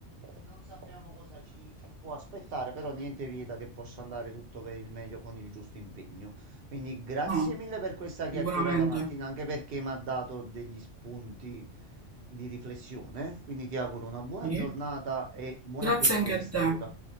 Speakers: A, on the right; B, on the right.
A: non sappiamo cosa ci può aspettare, però niente vieta che possa andare tutto per il meglio con il giusto impegno. Quindi grazie
B: No,
A: mille per questa chiacchierata
B: sicuramente.
A: Martina, anche perché mi ha dato degli spunti di riflessione. Quindi ti auguro una buona
B: Sì.
A: giornata e buon
B: Grazie
A: appetito
B: anche a
A: vista
B: te.
A: l'ora.